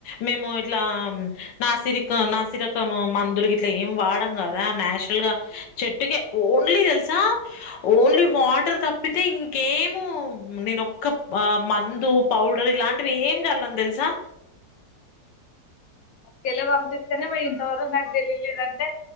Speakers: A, on the left; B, on the left.
A: మేము ఇట్లా నాసిరిక నాసిరకం మందులు గిట్లా ఏం వాడం కదా నాచురల్ గా చెట్టుకే ఓన్లీ తెలుసా ఓన్లీ వాటర్ తప్పితే ఇంకేము నేనొక్క ప మ మందు పౌడర్ ఇలాంటివి ఏం చల్లం తెలుసా
B: గేల పంపిస్తేనే మ ఇంతవరకు నాకు తెలియలేదంటే